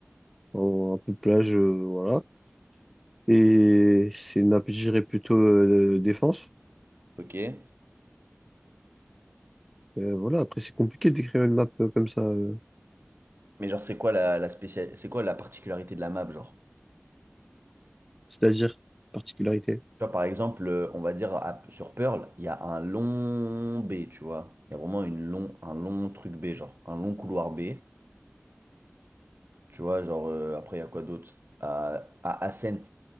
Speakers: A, in the centre; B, on the right (about 50°).
A: en- un peu plage, euh, voilà. Et c'est une nappe, je dirais, plutôt euh, défense.
B: ok.
A: Euh, voilà, après, c'est compliqué d'écrire une map euh, comme ça, euh,
B: Mais genre, c'est quoi la, la spécial... c'est quoi la particularité de la map, genre?
A: c'est-à-dire particularité.
B: Tu vois, par exemple, euh, on va dire à- sur Pearl, il y a un long B, tu vois. Il y a vraiment une long, un long truc B, genre un long couloir B. Tu vois, genre, euh, après, il y a quoi d'autre? À, à Ascent.